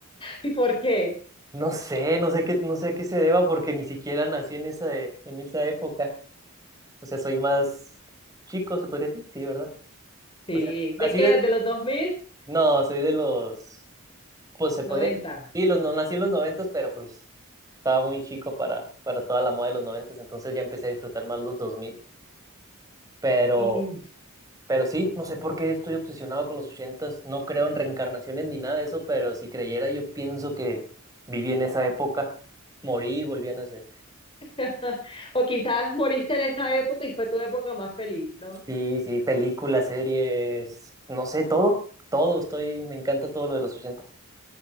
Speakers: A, on the left (about 25°); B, on the right (about 15°).
A: ¿Y por qué?
B: No sé, no sé qué, no sé a qué se deba porque ni siquiera nací en esa, en esa época. O sea, soy más chico, se podría decir. Sí, ¿verdad?
A: Sí.
B: O sea,
A: ¿De
B: nací
A: qué
B: de-
A: eras? ¿De los 2000?
B: No, soy de los... Pues se podría
A: 90.
B: decir. Sí, los, no, nací en los noventas, pero pues estaba muy chico para, para toda la moda de los noventas. Entonces ya empecé a disfrutar más los 2000, Pero...
A: Y ni-
B: Pero sí, no sé por qué estoy obsesionado con los ochentas, no creo en reencarnaciones ni nada de eso, pero si creyera yo pienso que viví en esa época, morí y volví a nacer.
A: <laughs> O quizás moriste en esa época y fue tu época más feliz, ¿no?
B: Sí, sí, películas, series, no sé, todo, todo, estoy, me encanta todo lo de los ochentas.